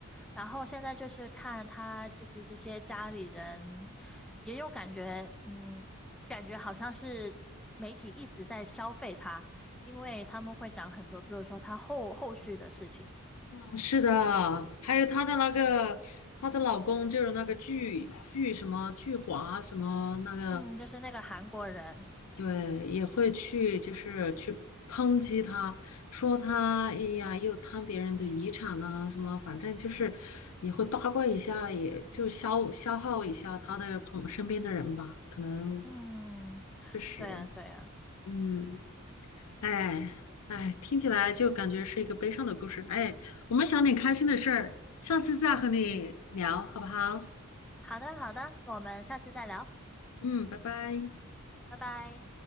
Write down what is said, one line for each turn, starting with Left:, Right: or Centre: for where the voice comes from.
Centre: 然后现在就是看他，就是这些家里人也有感觉，嗯，感觉好像是媒体一直在消费他，因为他们会讲很多，比如说他后后续的事情，
Left: 嗯，是的，还有她的那个她的老公就是那个巨巨什么巨华什么那个，
Centre: 嗯，就是那个韩国人，
Left: 对，也会去就是去抨击她，说她哎呀又贪别人的遗产呐、什么，反正就是也会八卦一下，也就消消耗一下她的朋身边的人吧，可能
Centre: 嗯，
Left: 确实。
Centre: 对啊，对啊。
Left: 嗯，哎哎，听起来就感觉是一个悲伤的故事。哎，我们想点开心的事儿，下次再和你聊，好不好？
Centre: 好的，好的，我们下次再聊，
Left: 嗯，拜拜。
Centre: 拜拜。